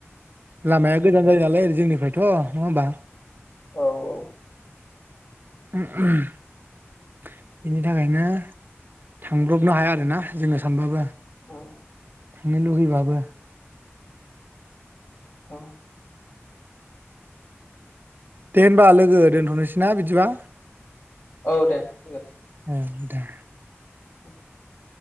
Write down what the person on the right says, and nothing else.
लामाया गोजान जायो नालाय जोंनिफ्रायथ नङा होमबा
<unintelligible> बिनि थाखायनो थांब्रबनो हाया आरोना जोङो सानबाबो
थांनो लुगैबाबो।
दे होनबा लोगो दोनथनोसै ना बिदिबा
<unintelligible> दे।